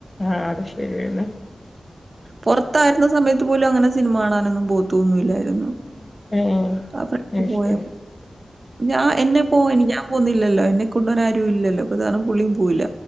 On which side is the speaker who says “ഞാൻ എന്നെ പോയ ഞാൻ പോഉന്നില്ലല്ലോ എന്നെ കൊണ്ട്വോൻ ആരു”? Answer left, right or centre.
Right